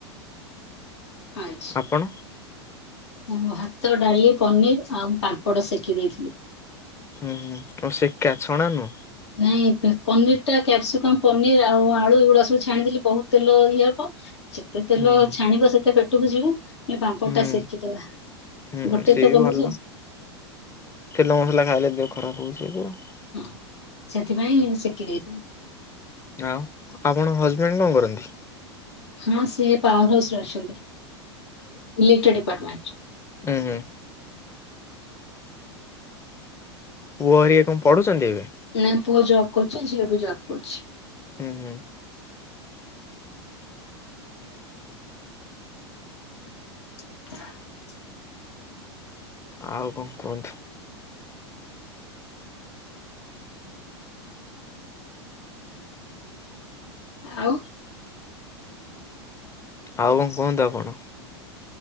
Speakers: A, on the left (about 75°); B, on the left (about 20°).
A: ଆଚ୍ଛ।
B: ଆପଣ?
A: ମୁଁ ଭାତ, ଡାଲି, ପନିର ଆଉ ପାମ୍ପଡ଼ ସେକି ଦେଇଥିଲି
B: ହୁଁ ହୁଁ ଓ ଶେକା ଛଣା ନୁହଁ।
A: ନାଇଁ ପନିର ଟା କ୍ୟାପସିକମ, ପନିର ଆଉ ଆଳୁ ଏଇଗୁଡା ସବୁ ଛାଣିଥିଲି ବହୁତ ତେଲ ଇଏ ହବ। ଯେତେ ତେଲ
B: ହୁଁ ହୁଁ
A: ଛାଣିବ ସେତେ ପେଟକୁ ଯିବୁ। ଏ ପାମ୍ପଡ
B: ହୁଁ
A: ଟା ସେକିଦବା
B: ହୁଁ
A: ଗୋଟେ
B: ସିଏ
A: ତ କମି
B: ବି ଭଲ
A: ଯା
B: ତେଲ ମସଲା ଖାଇଲେ ଦେହ ଖରାପ ହଉଛି। <unintelligible>
A: ହଁ ସେଥିପାଇଁ ସେକି ଦେଇେଥିଲି।
B: ଆଉ ଆପଣଙ୍କ ହଜବେଣ୍ଡ କଣ କରନ୍ତି?
A: ହଁ ସିଏ ପାୱାର ହାଉସ ରେ ଅଛନ୍ତି ଇଲେକ୍ଟ୍ରି ଡିପାର୍ଟମେଣ୍ଟ।
B: ଉଁ ହୁଁ। ପୁଅ ହେରିକା କଣ ପଢୁଚନ୍ତି ଏବେ?
A: ନା ପୁଅ ଜବ୍ କରୁଚି, ଝିଅ ବି ଜବ୍ କରୁଚି।
B: ଉଁ ହୁଁ।
A: <unintelligible>
B: ଆଉ କଣ କୁହନ୍ତୁ?
A: ଆଉ
B: ଆଉ କଣ କୁହନ୍ତୁ ଆପଣ?